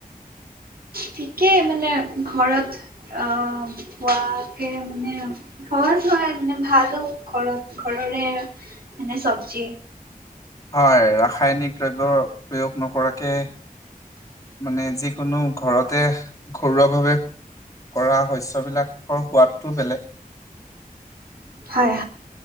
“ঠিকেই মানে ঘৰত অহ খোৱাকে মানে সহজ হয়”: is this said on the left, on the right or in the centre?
Right